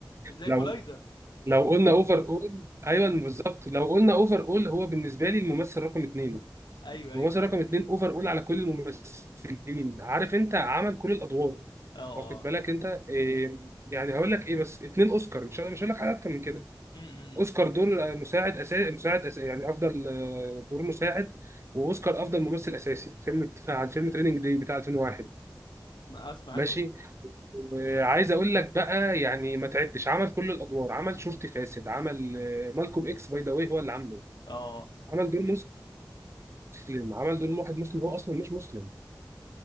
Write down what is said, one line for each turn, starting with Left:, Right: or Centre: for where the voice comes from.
Left: زي
Right: لو
Left: كولايزر
Right: لو قلنا اوفر اول ايوه بالظبط لو قلنا اوفر اول هو بالنسبه لي الممثل رقم اثنين
Left: ايوه
Right: الممثل
Left: ايوه ايوه
Right: رقم اثنين اوفر اول على كل الممثلين عارف انت عمل كل الادوار
Left: اه
Right: واخد
Left: اه
Right: بالك انت إيه يعني هقول لك ايه بس اثنين اوسكار مش مش هقول لك حاجه اكتر من كده
Left: م- م-
Right: اوسكار دور مساعد اساسي مساعد أساسي يعني افضل آه، دور مساعد واوسكار افضل ممثل اساسي فيلم عن فيلم تريننج دي بتاع 2001
Left: م. اسمع عنه
Right: ماشي وعايز اقول لك بقى يعني ما تعدش عمل كل الادوار عمل شرطي فاسد عمل آه، مالكوم اكس باي ذا واي هو اللي عامله
Left: اه
Right: عمل دور مسلم عمل دور واحد مسلم هو اصلا مش مسلم